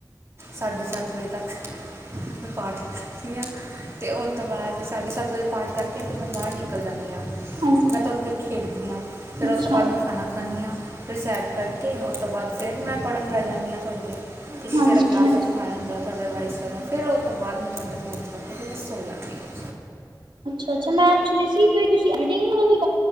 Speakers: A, on the right; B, on the right.
A: ਸਾਢੇ ਸੱਤ ਸੱਤ ਵਜੇ ਤੱਕ ਮੈਂ ਪਾਠ ਕਰਦੀ ਹਾਂ, ਤੇ ਉਸ ਤੋਂ ਬਾਅਦ ਸਾਢੇ ਸੱਤ ਵਜੇ ਪਾਠ ਕਰਕੇ, ਫਿਰ ਮੈਂ ਬਾਹਰ ਨਿਕਲ ਜਾਂਣੀ ਹਾਂ,
B: ਹਾਂਜੀ
A: ਮੈਂ ਥੋੜ੍ਹੀ
B: ਅੱਛਾ।
A: ਦੇਰ ਖੇਡਦੀ ਹਾਂ। ਫੇਰ ਉਸ ਤੋਂ ਬਾਅਦ
B: ਹਾਂਜੀ
A: ਮੈਂ ਖਾਣਾ ਖਾਣੀ ਹਾਂ। ਫਿਰ ਸੈਰ ਕਰਕੇ,
B: ਹਾਂਜੀ।
A: ਉਸ ਤੋਂ ਬਾਅਦ ਫਿਰ ਮੈਂ ਪੜ੍ਹਨ ਬਹਿ ਜਾਣੀ ਹਾਂ ਥੋੜੀ ਦੇਰ ਕਿਉਂਕਿ
B: ਹਾਂਜੀ
A: ਜਿਹੜਾ ਕਲਾਸ
B: ਹਾਂਜੀ
A: ਚ ਸਿਖਾਇਆ ਹੁਂਦਾ ਰਿਵਾਈਜ਼ <inaudible> ਫੇਰ ਉਹ ਤੋਂ ਬਾਅਦ ਮੈਂ ਥੋੜੀ ਫੋਨ ਚਲਾ ਕੇ ਫੇਰ ਮੈ ਸੌ ਜਾਂਦੀ ਹਾਂ।
B: ਅੱਛਾ-ਅੱਛਾ, ਮੈਂ ਪੁੱਛ ਰਹੀ ਸੀ ਕਿ ਤੁਸੀਂ ਕੋਈ ਰੀਡਿੰਗ ਵਗੈਰਾ ਵੀ <unintelligible>